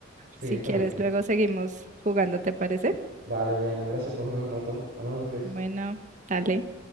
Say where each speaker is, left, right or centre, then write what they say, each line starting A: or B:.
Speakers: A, on the right; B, on the right.
A: Sí,
B: Si
A: está
B: quieres,
A: bien.
B: luego seguimos jugando, ¿te parece?
A: Dale, Diana, gracias por jugar un rato. Hablamos después.
B: Bueno, dale.